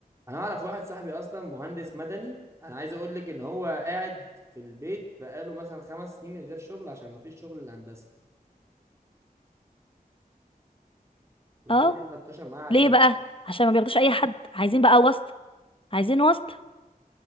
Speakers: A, on the right; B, on the left.
A: انا اعرف واحد صاحبي اصلا مهندس مدني انا عايز اقول لك ان هو قاعد في البيت بقاله مثلا خمس سنين من غير شغل عشان ما فيش شغل الهندسه والدنيا
B: اه
A: ملطشه معاه على
B: ليه
A: الاخر
B: بقى عشان ما بياخدوش اي حد عايزين بقى واسطه عايزين واسطه